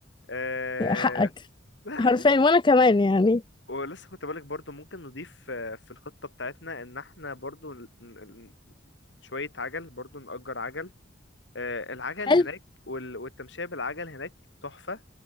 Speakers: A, on the left (about 65°); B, on the left (about 25°).
A: آه...
B: يا حقك
A: <laughs>
B: حرفيا وأنا كمان يعني
A: ولسه كنت بقولك برضو ممكن نضيف آه، في الخطة بتاعتنا ان احنا برضو ن- ن- شوية عجل برضو نأجر عجل آه، العجل
B: حلو
A: هناك وال- والتمشية بالعجل هناك تحفة